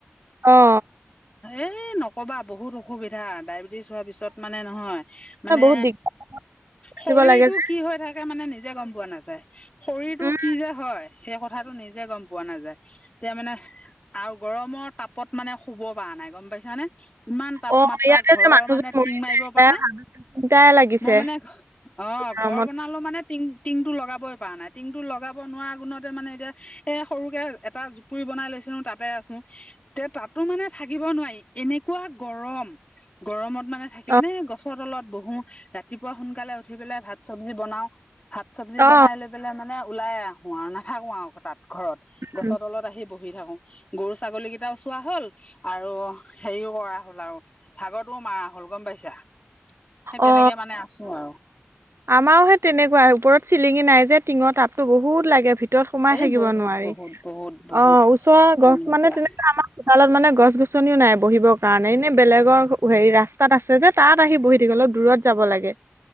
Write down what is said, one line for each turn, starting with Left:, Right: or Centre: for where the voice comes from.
Right: অ'।
Left: এ, নকবা বহুত অসুবিধা ডায়েবেটিছ। থোৱা পিছত মানে নহয় মানে
Right: এ বহুত দিগদাৰ
Left: শৰীৰটো
Right: দিব লাগে যে
Left: কি হৈ থাকে মানে নিজে নিজে গম পোৱা নাযায় শৰীৰটো
Right: উম
Left: কি যে হয় সেই কথাটো নিজে গম পোৱা নাযায়। এতিয়া মানে আৰু গৰমৰ তাপত মানে শুব পৰা নাই গম পাইছানে। ইমান তাপমাত্ৰা
Right: অ ইয়াতে
Left: ঘৰৰ
Right: যে মানুহজন
Left: মানে
Right: মৰিছে
Left: টিং মাৰিব পৰা
Right: তাই
Left: নে
Right: হাত দুটাই লাগিছে
Left: মই মানে অ'। অ,
Right: গৰমত
Left: ঘৰ বনালেও মানে টিং, টিং টো লগাবই। পৰা নাই টিং টো লগাব নোৱাৰা গুণতে মানে এতিয়া এ সৰু এটা জুপুৰি বনাই লৈছিলো তাতে আছো তে, তাতো মানে থাকিব নোৱাৰি এনে। পুৰা গৰম গৰমত মানে থাকিব
Right: অ
Left: নে গছৰ তলত বহু ৰাতিপুৱা সোনকালে উঠি পেলাই ভাত চবজি বনাও, ভাত চবজি
Right: অ
Left: বনাই লৈ পেলাই মানে ওলাই আহোঁ আৰু নাথাকো আৰু তাত ঘৰত গছৰ
Right: উম,
Left: তলত আহি বহি থাকো। গৰু, ছাগলী কেইটাও চোৱা হ'ল আৰু। হেৰিও কৰা হ'ল আৰু ভাগৰ টোও মাৰা হ'ল গম পাইছা। সেই তেনেকে
Right: অ,
Left: মানে আছো আৰু
Right: আমাৰহে তেনেকুৱা ওপৰত চিলিঙি নাই যে টিঙত আ টো বহুত লাগে ভিতৰত সোমাই
Left: এই
Right: থাকিব
Left: বহুত
Right: নোৱাৰি।
Left: বহুত বহুত বহুত
Right: অ, ওচৰৰ
Left: গম
Right: গছ
Left: পাইছা
Right: মানে তেনেকে আমাৰ চোতালত মানে গছ-গছনিও নাই বহিব। কাৰণে এনে বেলেগৰ হেৰি ৰাস্তাত আছে যে তাত আহি বহি থাকে অলপ দূৰত। যাব লাগে